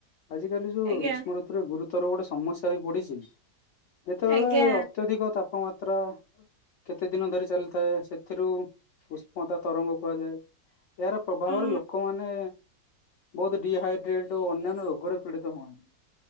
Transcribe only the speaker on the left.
ଆଜି କାଲି ଯୋଉ
ଗ୍ରୀଷ୍ମ ଋତୁରେ ଗୁରୁତର ଗୋଟେ ସମସ୍ୟା ହେଇପଡିଛି। ଯେତେବେଳେ
ଅତ୍ୟଧିକ ତାପମାତ୍ରା ମାତ୍ର କେତେ ଦିନ ଧରି ଚାଲିଥାଏ ସେଥିରୁ ଉଷ୍ମତା ତରଙ୍ଗ କୁହାଯାଏ। ଏହାର ପ୍ରଭାବରେ
ଲୋକମାନେ ବହୁତ ଡିହାଇଡ୍ରେଟ ଓ ଅନ୍ୟାନ୍ୟ ରୋଗରେ ପୀଡିତ ହୁଅନ୍ତି